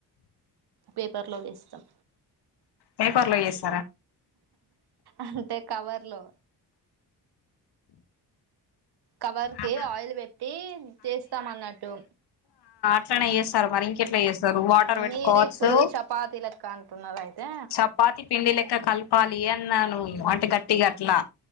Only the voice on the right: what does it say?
పేపర్లో చేస్తాం
అంటే కవర్ లో కవర్ కి
ఆయిల్ పెట్టి చేస్తాం అన్నట్టు
మీరు ఇప్పుడు చపాతీ లెక్క అంటున్నారు అయితే